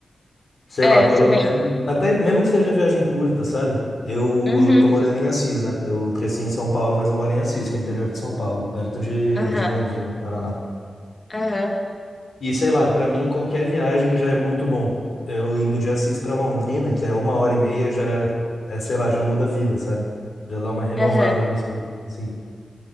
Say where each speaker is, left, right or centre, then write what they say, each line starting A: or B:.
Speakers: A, on the left; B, on the left.
A: sei
B: É,
A: lá, pelo
B: eu também.
A: menos. Até mesmo que seja viagem curta, sabe? Eu,
B: Uhum.
A: eu tô morando em Assis, né? Eu cresci em São Paulo, mas eu moro em Assis, que é interior de São Paulo, perto de,
B: Aham,
A: de Londrina, no Paraná.
B: aham,
A: E sei lá, pra mim qualquer viagem já é muito bom. Eu indo de Assis pra Londrina, que é uma hora e meia, já é, sei lá, já muda a vida, sabe? Já dá uma renovada
B: aham.
A: no espírito, assim.